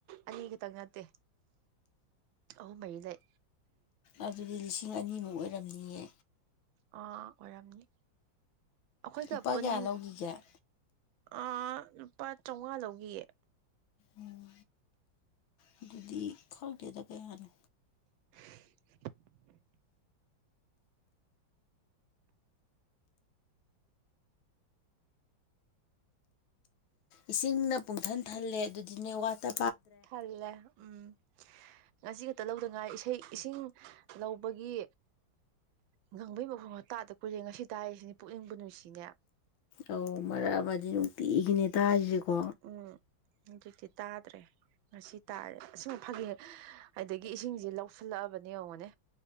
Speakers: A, on the right; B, on the left.
A: ꯑꯅꯤꯈꯛꯇꯪ ꯅꯠꯇꯦ ꯑꯍꯨꯝ ꯃꯔꯤ ꯂꯩ
B: ꯑꯗꯨꯗꯤ ꯂꯤꯁꯤꯡ ꯑꯅꯤꯃꯨꯛ ꯑꯣꯏꯔꯝꯅꯤꯌꯦ
A: ꯑꯥ ꯑꯣꯏꯔꯝꯅꯤ ꯑꯈꯣꯏꯒ
B: ꯂꯨꯄꯥ
A: ꯄꯨꯟ
B: ꯀꯌꯥ ꯂꯧꯈꯤꯒꯦ
A: ꯑ ꯂꯨꯄꯥ ꯆꯧꯉꯥ ꯂꯧꯒꯤꯌꯦ
B: ꯎꯝ ꯑꯗꯨꯗꯤ ꯈꯪꯗꯦꯗ ꯀꯌꯥꯅꯣ
A: <unintelligible>
B: ꯏꯁꯤꯡꯅ ꯄꯨꯡꯊꯟ ꯊꯜꯂꯦ ꯑꯗꯨꯗꯤꯅꯦ ꯋꯥꯇ
A: ꯊꯜꯂꯦ ꯎꯝ ꯉꯁꯤ ꯈꯛꯇ ꯂꯧꯗ ꯉꯥꯏ ꯏꯁꯩ ꯏꯁꯤꯡ ꯂꯧꯕꯒꯤ ꯉꯪꯕꯩ ꯃꯈ‌ꯣꯟꯒ ꯇꯥꯗ ꯀꯨꯏꯔꯦ ꯉꯁꯤ ꯇꯥꯏꯁꯤꯅꯤ ꯄꯨꯛꯅꯤꯡꯕꯨ ꯅꯨꯨꯡꯁꯤꯅꯦ
B: ꯑꯧ ꯃꯔꯛ ꯑꯃꯗꯤ ꯅꯨꯡꯇꯤꯒꯤꯅꯦ ꯇꯥꯏꯁꯦꯀꯣ
A: ꯎꯝ ꯍꯨꯖꯤꯛꯇꯤ ꯇꯥꯗ꯭ꯔꯦ ꯉꯁꯤ ꯇꯥꯔꯦ ꯑꯁꯤꯃ ꯐꯥꯒꯤ ꯑꯗꯒꯤ ꯏꯁꯤꯡꯁꯤ ꯂꯧꯁꯤꯜꯂꯛꯑꯕꯅꯦ ꯌꯦꯡꯉꯣꯅꯦ